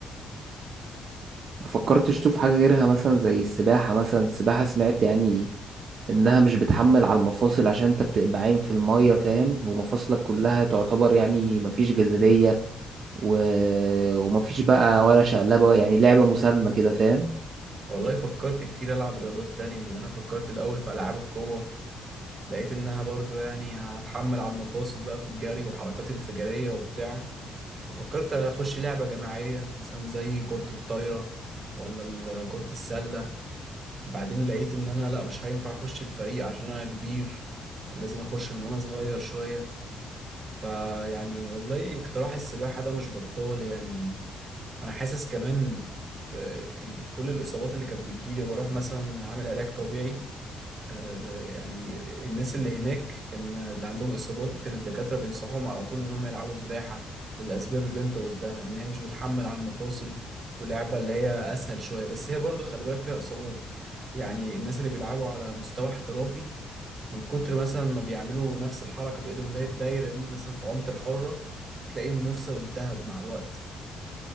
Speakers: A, on the right; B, on the right.
A: مفكرتش تشوف حاجة غيرها مثلا زي السباحة مثلا السباحة سمعت يعني إنها مش بتحمل على المفاصل عشان أنت بتبقى عايم في المية فاهم ومفاصلك كلها تعتبر يعني مفيش جاذبية و... ومفيش بقى ولا شقلبة يعني لعبة مسالمة كده فاهم
B: والله فكرت كتير العب رياضات تانية يعني انا فكرت الاول في العاب القوه لقيت انها برضو يعني هتحمل على المفاصل بقى في الجري وحركات انفجاريه وبتاع وفكرت اخش لعبه جماعيه مثلا زي كره الطايره ولا ال- كره السله بعدين لقيت ان انا لا مش هينفع اخش الفريق عشان انا كبير كان لازم اخش من وانا صغير شوية فيعني والله اقتراح السباحة ده مش بطال يعني انا حاسس كمان في يعني في كل الاصابات اللي كانت بتجيلي بروح مثلا اعمل علاج طبيعي آه، يعني الناس اللي هناك كان اللي عندهم اصابات كان الدكاتره بينصحهم على طول ان هم يلعبوا سباحه للاسباب اللي انت قلتها ان هي مش بتحمل على المفاصل ولعبه اللي هي اسهل شويه بس هي برضو خلي بالك فيها اصابات يعني الناس اللي بيلعبوا على مستوى احترافي من كتر مثلا ما بيعملوا نفس الحركه بايدهم اللي هي الدايره دي مثلا في عمق الحره تلاقي المفصل التهب مع الوقت